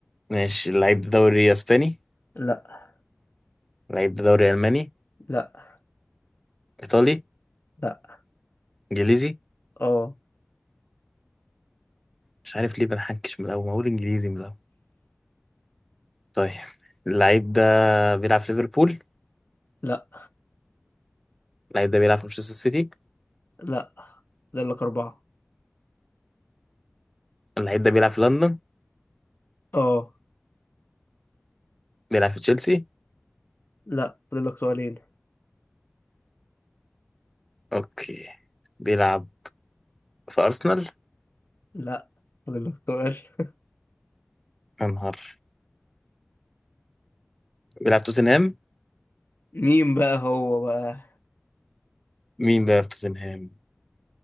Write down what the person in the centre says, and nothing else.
ماشي اللعيب ده دوري أسباني
اللعيب ده دوري ألماني
إيطالي
إنجليزي
مش عارف ليه بنحنكش من الأول ما أقول إنجليزي من الأول طيب اللعيب ده بيلعب في ليفربول
اللعيب ده بيلعب في مانشستر سيتي
اللعيب ده بيلعب في لندن
بيلعب في تشيلسي
أوكي بيلعب في أرسنال
يا نهار بيلعب توتنهام
مين بقى في توتنهام